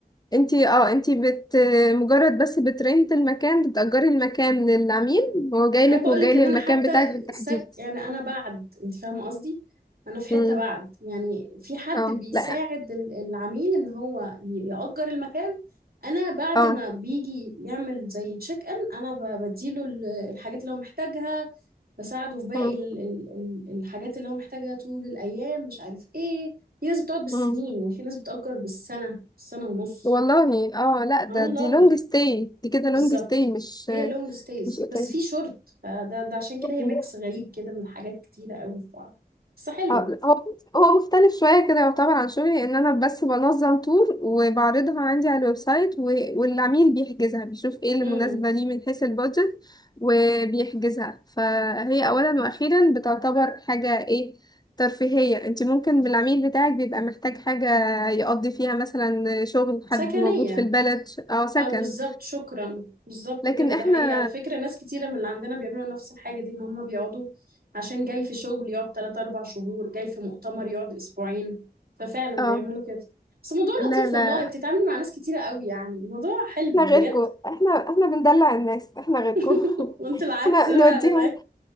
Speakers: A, on the left (about 25°); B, on the right (about 65°).
A: انتي اه انتي بت مجرد بس بترنت المكان بتأجري المكان للعميل هو جايلك
B: احب اقول
A: وجاي
B: لك
A: للمكان
B: ان انا حتى
A: بتاعك بالتحديد
B: سك... يعني انا بعد انت فاهمه قصدي انا في حته
A: امم
B: بعد يعني في حد
A: اه
B: بيساعد
A: لا
B: ال- العميل ان هو ي- يأجر المكان انا بعد
A: اه
B: ما بيجي يعمل زي تشيك ان انا ب- بديله ال- الحاجات اللي هو محتاجها بساعده في باقي
A: امم
B: ال... ال... ال- الحاجات اللي هو محتاجها طول الايام مش عارف ايه في ناس بتقعد بالسنين
A: امم
B: يعني في ناس بتأجر بالسنه سنه ونص
A: والله اه لا ده
B: اه والله
A: دي لونج ستاي دي كده لونج
B: بالظبط
A: ستاي مش
B: هي لونج ستايز
A: مش اوتيل
B: بس في شورت فده ده عشان كده هي
A: مم.
B: ميكس غريب كده من حاجات كتيرة قوي في بعض بس حلوة
A: اه، هو هو مختلف شوية كده يعتبر عن شغلي ان انا بس بنظم تور وبعرضها عندي على الويب سايت و... والعميل بيحجزها بيشوف ايه اللي
B: امم
A: مناسبة ليه من حيث البادجت وبيحجزها فهي اولا واخيرا بتعتبر حاجة ايه ترفيهية انت ممكن بالعميل بتاعك بيبقى محتاج حاجة يقضي فيها مثلا شغل
B: سكنية
A: حد موجود في البلد او سكن
B: او بالظبط شكرا بالظبط
A: لكن
B: كده
A: احنا
B: ده حقيقي على فكرة ناس كتيرة من اللي عندنا بيعملوا نفس الحاجة دي ان هم بيقعدوا عشان جاي في شغل يقعد 3 4 شهور جاي في مؤتمر يقعد اسبوعين ففعلا
A: اه
B: بيعملوا كده بس الموضوع
A: لا
B: لطيف
A: لا
B: والله بتتعاملي مع ناس كتيرة قوي يعني الموضوع حلو
A: احنا
B: بجد
A: غيركم احنا احنا بندلع الناس احنا غيركم
B: <laughs>
A: <laughs>
B: وانت العكس
A: احنا
B: فعلا
A: نوديهم